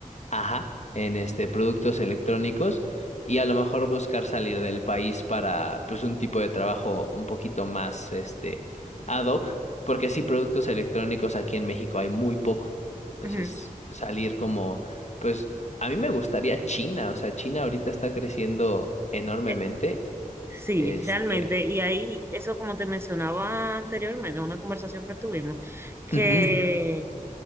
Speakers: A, on the left; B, on the right.
A: Ajá, en este productos electrónicos y a lo mejor buscar salir del país para pues un tipo de trabajo un poquito más este ad hoc, porque sí productos electrónicos aquí en México hay muy poco. Entonces,
B: Ujú.
A: salir como pues a mí me gustaría China, o sea, China ahorita está creciendo enormemente,
B: Eh, Sí,
A: este,
B: realmente, y ahí, eso como te mencionaba anteriormente, en una conversación que tuvimos, que
A: ujú,